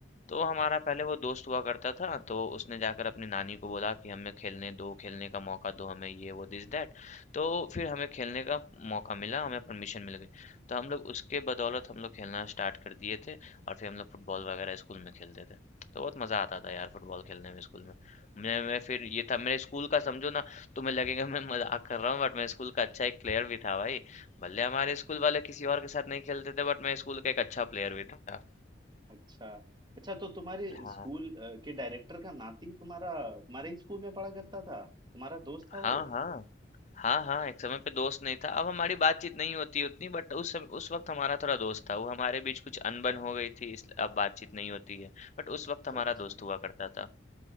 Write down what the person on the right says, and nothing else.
अच्छा अच्छा तो तुम्हारे
स्कूल अ, के डायरेक्टर का नाती तुम्हारा तुम्हारे ही स्कूल में पढ़ा करता था तुम्हारा दोस्त था
वो
अच्छा
अच्छा